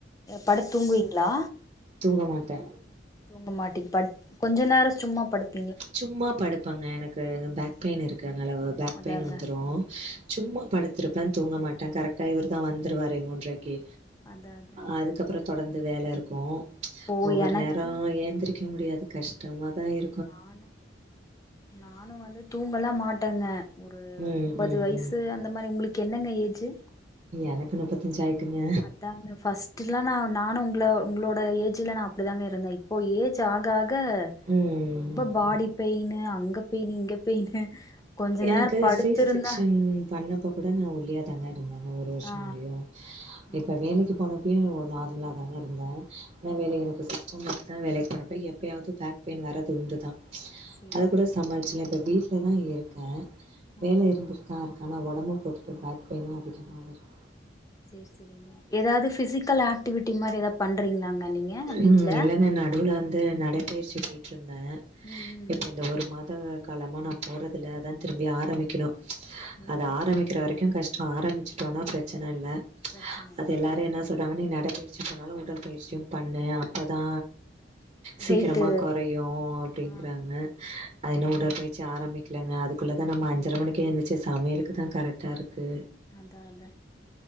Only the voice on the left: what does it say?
படுத்து தூங்குவீங்ளா
தூங்க மாட்டிங்க படுத் கொஞ்ச நேரோ சும்மா படுத்
அதா
அதா
அதா அதாங்க
இப்போ
எனக்கு
நானு நானு வந்து தூங்கல்லா மாட்டேங்க ஒரு
முப்பது
வயசு
அந்த மாரி உங்களுக்கு என்னங்க ஏஜு
அதாங்க ஃபர்ஸ்ட்டுல்லா நா நானு உங்கள உங்களோட ஏஜ்ல நா அப்டிதாங்க இருந்தே இப்போ ஏஜ் ஆக ஆக
ரொம்ப பாடி பெயினு அங்க பெயினு இங்க பெயினு கொஞ்ச
நேர படுத்திருந்தா
ஆ
ஆ
ஓ
சேரி
சேரி
ஆ
சேரி சேரிங்க எதாவது ஃபிசிக்கல் ஆக்டிவிட்டி மாரி ஏதா பண்றீங்களாங்க நீங்க வீட்ல
ம் ம்
ம்
ம்
பிரச்சனல்ல
வெயிட்டு
ஆ
ஆமா
அதா அதா